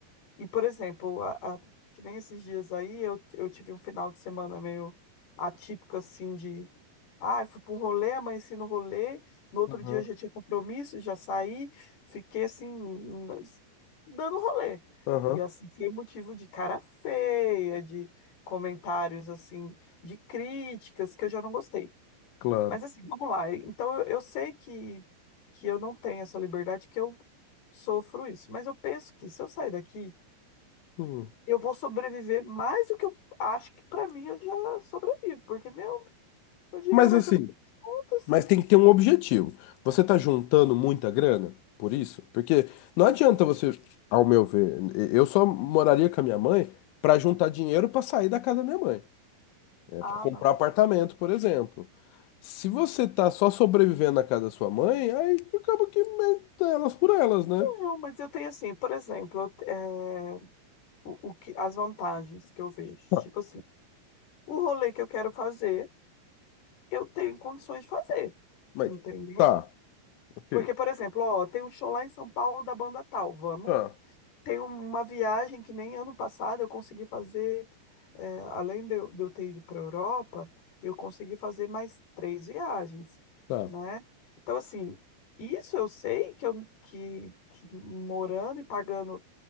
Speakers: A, on the left; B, on the left.
A: E, por exemplo, a, a- que nem esses dias aí, eu, eu tive um final de semana meio atípico, assim, de... Ah, fui para um rolê, amanheci no rolê, no outro
B: <laughs> Aham,
A: dia eu já tinha compromisso, já saí, fiquei, assim, nas- dando rolê.
B: aham,
A: E, assim, foi motivo de cara feia, de comentários, assim, de críticas, que eu já não gostei.
B: claro.
A: Mas, assim, vamos lá. Então, eu, eu sei que, que eu não tenho essa liberdade, que eu sofro isso. Mas eu penso que se eu sair daqui
B: Hum.
A: eu vou sobreviver mais do que eu acho que pra mim eu já sobrevivo, porque meu, meu dinheiro
B: Mas
A: vai
B: assim,
A: tudo para as contas.
B: Mas tem que ter um objetivo. Você tá juntando muita grana por isso? Porque não adianta você, ao meu ver, e- eu só moraria com a minha mãe para juntar dinheiro para sair da casa da minha mãe, para
A: Ah,
B: comprar
A: não.
B: apartamento, por exemplo. Se você tá só sobrevivendo na casa da sua mãe, aí acaba que meta elas por elas, né?
A: Não, mas eu tenho assim, por exemplo, eu- é, o, o que, as vantagens que eu vejo.
B: Tá.
A: Tipo assim, o rolê que eu quero fazer, eu tenho condições de fazer,
B: Mas
A: entendeu?
B: tá, ok.
A: Porque, por exemplo, ó, tem um show lá em São Paulo da banda tal, vamos.
B: Tá,
A: Tem uma viagem que nem ano passado eu consegui fazer, é, além de eu, de eu ter ido para a Europa, eu consegui fazer mais três viagens,
B: tá.
A: né? Então, assim, isso eu sei que, eu, que, que morando e pagando,